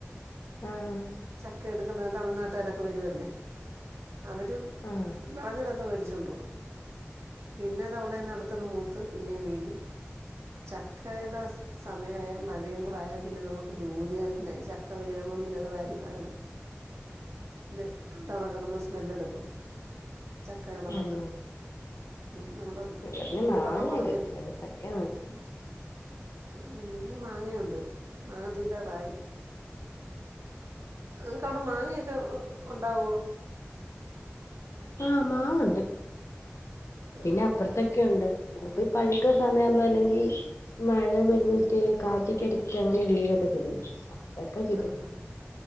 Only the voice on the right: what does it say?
ചക്ക എടുക്കുന്നത് തമിഴ്നാട്ടുകാരൊക്കെ വരുവല്ലേ അവരും
വിളഞ്ഞതൊക്കെ മേടിച്ചോണ്ടുവ്വാ പിന്നെ അത് അവിടെന്ന് അടുത്തത് മൂത്ത് പിന്നെ വീഴും ചക്കയുടെ സമയമായ മഴയും കൂടെയായാൽ പിന്നെ നമുക്ക് ജോലി തന്നെ ചക്ക വീഴുമ്പം പിന്നത് വാരി കളയണം ത് തവടെ കെടന്ന് സ്മെല്ലെട്ക്കും ചക്ക കെടന്ന്ട്ട്
ഉം നമ്മടെ
വീടുള്ള
പറമ്പി
<unintelligible> മാങ്ങയുണ്ട് മാങ്ങ തീരാറായി ഇങ്ങക്കവടെ മാങ്ങയൊക്കെ ഉണ്ടാവോ
ആഹ്
ആഹ്